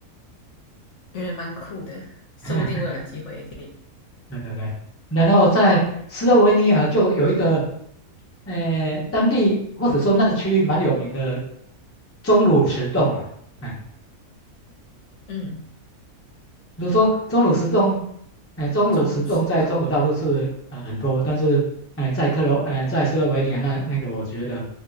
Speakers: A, on the left (about 60°); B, on the left (about 20°).
A: 觉得蛮酷的，说不定我有机会。
B: 啊 <laughs> 对对对，然后在斯洛文尼亚就有一个，呃，当地或者说那个区域蛮有名的钟乳石洞啊，哎，
A: 嗯，
B: 比如说钟乳石洞，哎，钟乳石洞在中国大陆是呃很多，
A: 钟乳石洞。
B: 但是哎，在克罗，哎，在斯洛文尼亚那那个我觉得，